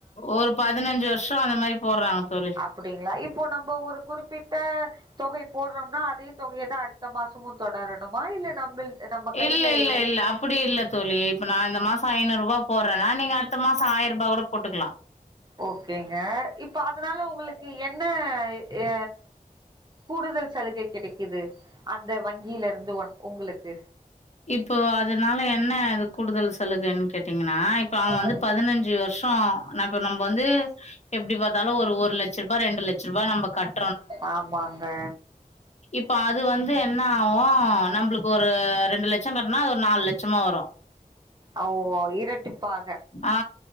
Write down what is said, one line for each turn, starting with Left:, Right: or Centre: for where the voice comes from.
Left: ஒரு பதினஞ்சு வருஷொ அந்த மாரி போடுறாங்க தோழி
Right: அப்படிங்களா இப்போ நம்ம ஒரு குறிப்பிட்ட தொகை போடுறோம்னா அதே தொகையை தான் அடுத்த மாசமும் தொடரணுமா இல்ல நம்ம கையில
Left: இல்ல இல்ல
Right: எவ்
Left: இல்ல அப்படி இல்ல தோழி இப்ப நான் இந்த மாசம் ஐநூறு ரூபா போறேன்னா நீங்க அடுத்த மாசம் ஆயிரம் ரூபா கூட போட்டுக்கலாம்
Right: ஓகேங்க இப்ப அதனால உங்களுக்கு என்ன எ கூடுதல் சலுகை கிடைக்குது அந்த வங்கியில இருந்து ஒ உங்களுக்கு
Left: இப்போ அதனால என்ன இது கூடுதல் சலுகை <unintelligible> னா இப்ப அவன்
Right: ஆ
Left: வந்து பதினஞ்சு வருஷம் ந இப்ப வந்து எப்படி பார்த்தாலும் ஒரு ஒரு லட்ச ரூபா ரெண்டு லட்சம் ரூபா நம்ம கட்ட
Right: ஆமாங்க
Left: இப்போ அது வந்து என்ன ஆகும் நம்மளுக்கு ஒரு ரெண்டு லட்சம் கட்டனா அது ஒரு நாலு லட்சமா வரும்
Right: ஓ இரட்டிப்பாக
Left: ஆ